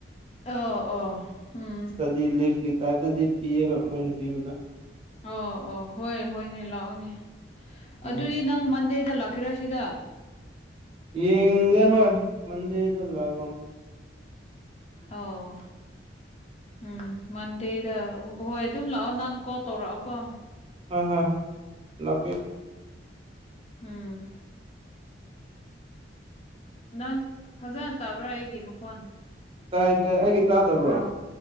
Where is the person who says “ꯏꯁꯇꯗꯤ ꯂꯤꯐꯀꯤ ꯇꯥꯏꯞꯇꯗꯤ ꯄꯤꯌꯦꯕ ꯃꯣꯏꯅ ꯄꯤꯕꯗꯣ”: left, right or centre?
Right